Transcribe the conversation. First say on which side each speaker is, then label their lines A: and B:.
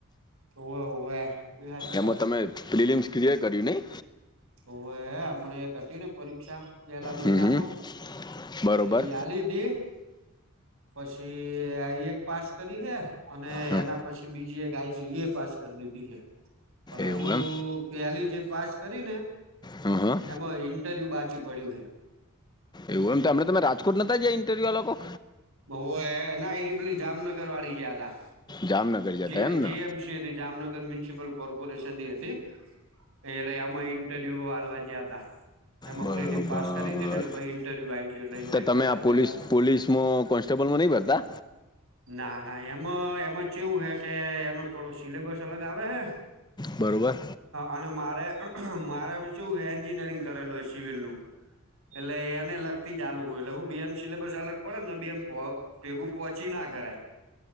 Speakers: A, on the right; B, on the left.
A: ઓવે હોવે સાચી વાત
B: એમાં તમે
A: હે
B: ફિલમ્સ ક્રિયર કર્યું ન‌ઈ
A: ઓ હ હમણા એક હતી ને પરીક્ષા પેલા મહિનામાં
B: હમ, હમ, બરોબર
A: તો એરી આલી તી પછી એ આઇ એક પાસ કરી હ અને
B: હમ,
A: એના પછી બીજી એક આ તો એ પાસ કરી દીધી ગયા પણ
B: એવું
A: હજુ
B: એમ
A: પેલી જે પાસ કરી ને
B: હમ, હમ,
A: એમાં ઇન્ટરવ્યુ બાચી પડ્યું હ
B: એવું એમમને તમે રાજકોટ નોતા ગયા ઇન્ટરવ્યૂ આ લોકો
A: હ ના એ પેલી જામનગર વાળી જયા હતા
B: જામનગર જતા
A: જે
B: એમ
A: જેમ
B: ને
A: છે હતી જામનગર મ્યુનિસિપલ કોર્પોરેશન ની હતી. એટલે આમાં ઈન્ટરવ્યુ આલવા ગયા તા એમાં
B: બરોબર
A: પ્રિલીમ પાસ કરી થી ને એટલે પછી ઇન્ટરવ્યુ આવી તુ એટલે ઇન્ટરવ્યુ
B: તો તમે
A: આવવા
B: આ
A: ગયા તા
B: પોલીસ મો ટટેબલમાં ન‌ઈ ભરતા
A: ના ના એમાં એમાં ચેવું હે કે એનો થોડો સિલેબસ અલગ આવે હે
B: બરોબર
A: અને મારે મારે શું એન્જિનિયરિંગ કરેલું હ સિવિલનું. એટલે એને લગતી ચાલુ હોય એટલે હું બ બે એમ સિલેબસ અલગ પડેને બે એમ ભેગું પહોંચી ના કરાય